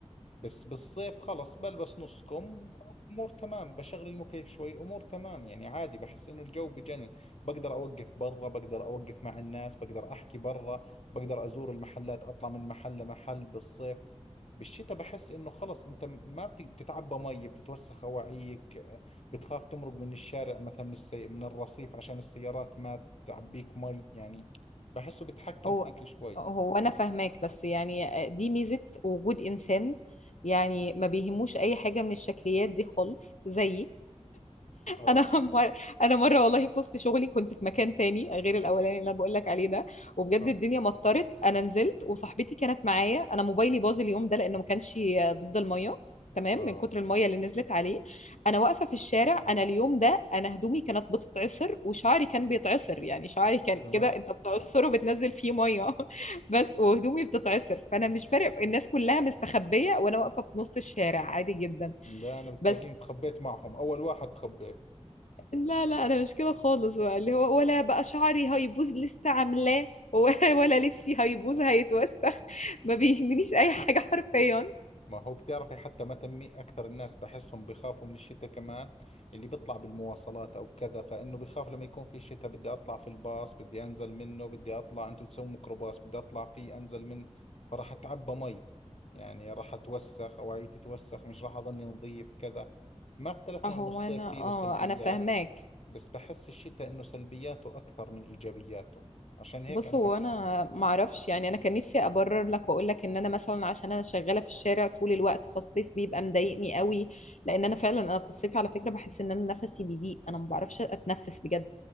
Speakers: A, on the left (about 65°); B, on the left (about 85°).
A: بس بالصيف خلص بلبس نص كم امور تمام بشغل المكيف شوي الامور تمام يعني عادي بحس انه الجو بجنن بقدر اوقف برا بقدر اوقف مع الناس بقدر احكي برا بقدر ازور المحلات اطلع من محل لمحل بالصيف بالشتاء بحس انه خلص انت ما بت- بتتعبى مي بتتوسخ اواعيك بتخاف تمرق من الشارع مثلا السي... من الرصيف عشان السيارات ما تعبيك مي يعني بحسه بتحكم
B: هو
A: فيك شوي
B: هو انا فاهماك بس يعني دي ميزة وجود انسان يعني ما بيهموش اي حاجة من الشكليات دي خالص زيي
A: اه
B: انا <laughs> مر... انا مره والله في وسط شغلي كنت في مكان تاني غير الاولاني اللي انا بقول لك عليه ده وبجد
A: اه
B: الدنيا مطرت انا نزلت وصاحبتي كانت معايا انا موبايلي باظ اليوم ده لانه ما كانش ضد الميه تمام
A: اه
B: من كتر الميه اللي نزلت عليه انا واقفه في الشارع انا اليوم ده انا هدومي كانت بتتعصر وشعري كان بيتعصر يعني شعري كان
A: تمام
B: كده انت بتعصره بتنزل فيه ميه <laughs> بس وهدومي بتتعصر فانا مش فارق الناس كلها مستخبيه وانا واقفه في نص الشارع عادي جدا
A: لا انا بتلاقيني
B: بس
A: تخبيت معهم اول واحد تخبيت
B: لا لا انا مش كده خالص بقى اللي هو ولا بقى شعري هيبوظ لسه عاملاه و- <laughs> ولا لبسي هيبوظ هيتوسخ ما بيهمنيش اي حاجه حرفيا
A: ما هو بتعرفي حتى ما تمي اكثر الناس بحسهم بخافوا من الشتاء كمان اللي بيطلع بالمواصلات او كذا فانه بخاف لما يكون في شتاء بدي اطلع في الباص بدي انزل منه بدي اطلع انتم تسووا ميكروباص بدي اطلع فيه انزل من فراح اتعبى مي يعني راح اتوسخ اواعي تتوسخ مش راح اظني نظيف كذا ما اختلفنا
B: هو
A: انه الصيف
B: انا
A: فيه
B: اه
A: له سلبيات
B: انا فاهماك
A: بس بحس الشتاء انه سلبياته اكثر من ايجابياته عشان هيك
B: بص
A: انا
B: هو
A: بحب
B: انا معرفش يعني انا كان نفسي ابرر لك واقول لك ان انا مثلا عشان انا شغاله في الشارع طول الوقت فالصيف بيبقى مضايقني قوي لان انا فعلا انا في الصيف على فكره بحس ان انا نفسي بيضيق انا ما بعرفش اتنفس بجد